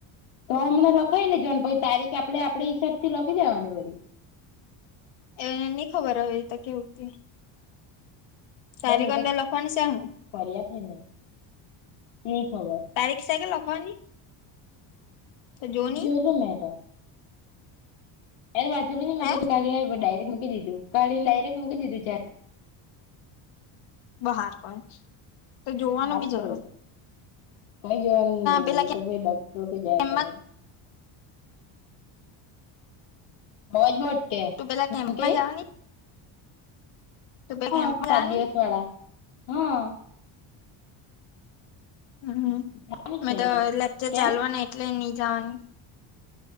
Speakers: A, on the left; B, on the left.
A: તો હમણાં લખાવી લેજો ને પછી તારીખ આપડે આપડે હિસાબ થી લખી જવાની વરી.
B: એ ની ખબર હવે એ તો કેવું તે. કારીગર
A: કઈ નઈ તો
B: ને લખવાનું શે હું.
A: કર્યા છે ને નઈ ખબર
B: તારીખ શે કે લખવાની. તો જોની
A: જોયલું મેં તો એનુ વાંચેલુ નનેં
B: હે
A: તો કી ડાયરેક્ટ મૂકી દીધું કાીને ડાયરેક્ટ મૂકી દીધું ચ.
B: બહાર પણ તો જોવાનું
A: સારું
B: બી
A: કર્યું
B: જર
A: કઈ જોવાનુ ની
B: પેલા
A: એ તો પછી ડોક્ટર કે જાયા
B: કેમ્પમાં
A: કરે. <unintelligible>
B: તું પેલા કેમ્પમાં
A: હું કે
B: જાવની. પેલા
A: હાં
B: કેમ્પમાં
A: સાત
B: જવાની
A: દિવસ
B: કે
A: વાળા હાં.
B: હમ્મ
A: નથી
B: મે
A: અંદર
B: તો લેક્ચર
A: કેમ
B: ચાલવાના એટલે ની જાવાની.